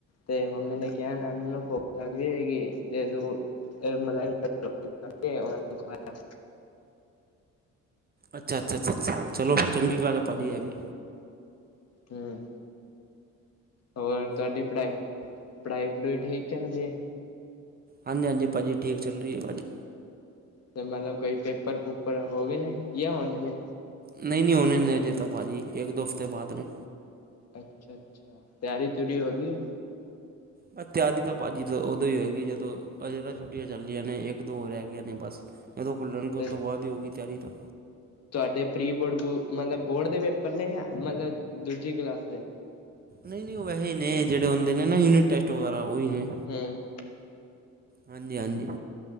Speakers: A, on the left; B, on the right.
A: ਤੇ ਮੰਮੀ ਨੇ ਕਿਹਾ, ਐਨਾ ਨੂੰ ਨ ਭੁਖ ਲੱਗ ਰੀ ਹੋਏਗੀ ਤੇ ਤੂੰ ਫੇਰ ਮਲਾਈ ਰੋਟੀ ਉਹਨਾਂ ਨੂੰ ਖਵਾਇਆ।
B: ਅੱਛਾ -ਅੱਛਾ -ਅੱਛਾ। ਚਲੋ ਚੰਗੀ ਗੱਲ ਐ ਭਾਜੀ
A: ਹੂੰ
B: ਐਵੀ।
A: ਹੂੰ, ਹੋਰ ਤੁਹਾਡੀ ਪੜ੍ਹਾਈ ਪੜ੍ਹਾਈ -ਪੜੂਈ ਠੀਕ ਚੱਲ ਰਹੀਏ।
B: ਹਾਂਜੀ- ਹਾਂਜੀ। ਭਾਜੀ ਠੀਕ ਚੱਲ ਰਹੀ ਭਾਜੀ।
A: ਤੇ ਮਤਲਬ ਕੋਈ ਪੇਪਰ- ਪੂਪਰ ਹੋ ਗਏ ਨੇ, ਜਾਂ ਹੋਗੇ ਨੇ।
B: ਨਹੀਂ- ਨਹੀਂ ਉਹਨੇ ਹਜੇ ਭਾਜੀ, ਇੱਕ -ਦੋ ਹਫ਼ਤੇ ਬਾਅਦ ਨੇ।
A: ਅੱਛਾ- ਅੱਛਾ। ਤਿਆਰੀ -ਤਉਰੀ ਹੋ ਗਈ।
B: ਬ ਤਿਆਰੀ ਤਾਂ ਭਾਜੀ ਤਾਂ ਉਦੋਂ ਹੀ ਹੋਏਗੀ ਜਦੋਂ, ਅਜੇ ਤਾਂ ਛੁੱਟੀਆਂ ਚੱਲੀਆਂ ਨੇ ਇੱਕ- ਦੋ ਹੋ ਰਹਿ ਗਈਆਂ ਨੇ ਬਸ। ਇਹਦੋਂ ਖੁੱਲ੍ਹਣਗੇ
A: ਤੇ
B: ਉਹ ਤੋਂ ਬਾਅਦ ਹੀ ਹੋਊਗੀ ਤਿਆਰੀ ਤਾਂ।
A: ਤੁਹਾਡੇ ਪ੍ਰੀ ਬੋਰਡ ਮਤਲਬ ਬੋਰਡ ਦੇ ਪੇਪਰ ਨੇ, ਮਤਲਬ ਦੂਜੀ ਕਲਾਸ ਦੇ।
B: ਨਹੀਂ -ਨਹੀਂ ਉਹ ਵੈਸੇ ਨੇ, ਜਿਹੜੇ ਹੁੰਦੇ ਨੇ ਨਾ ਯੂਨਿਟ ਟੈਸਟ ਵਗੈਰਾ, ਉਹੀ ਨੇ।
A: ਹੂੰ
B: ਹਾਂਜੀ- ਹਾਂਜੀ।